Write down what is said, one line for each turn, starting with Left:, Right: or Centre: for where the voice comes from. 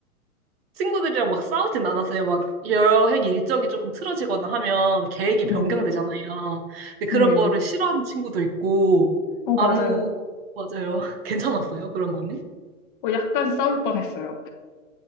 Right: 친구들이랑 막 싸우진 않았어요. 막 여행 일정이 조금 틀어지거나 하면 계획이
Left: 네,
Right: 변경되잖아요. 근데
Left: 네.
Right: 그런 거를 싫어하는 친구도 있고,
Left: 어,
Right: 아무,
Left: 맞아요.
Right: 맞아요. <laughs> 괜찮았어요. 그런 거는.
Left: 어, 약간 싸울 뻔했어요.